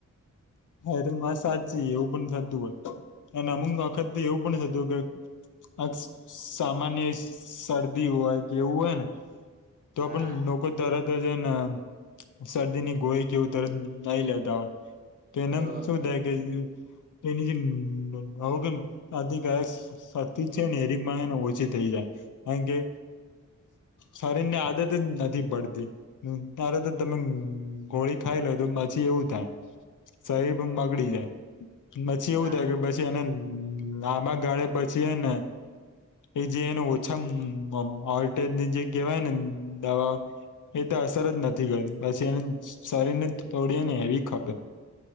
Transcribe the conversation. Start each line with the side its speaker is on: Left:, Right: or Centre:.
Left: હા એ તો મા સાચી એવું પણ થતું હોય અને અમુક વખત એવું પણ થતું હોય કે આ સામાન્ય શરદી હોય કે એવું હોય ને તો
Right: હા
Left: પણ લોકો તરત જ ને શરદીની ગોળી કેવું તરત નઈ લેતા હોય. કેનેમ
Right: તો
Left: શું થાય કે તેની જે આવું કેમ આથી કાશ શક્તિ છે ને એરીમાંને ઓછી થઈ જાય કારણ કે શરીર ની આદત જ નથી પડતી. તારે તો તમે ગોળી ખાઈ લો તો પછી એવું થાય. સાહેબ બગડી જાય પછી એવું
Right: હા
Left: થાય કે બ પછી એને લાંબા ગાળે પછી ને એ જે એને ઓછા વોલ્ટેજ ની જે કહેવાય ને દવા એ તો અસર જ નથી કરતી પછી એને શરીર ને થોડી એને હેવી ખપે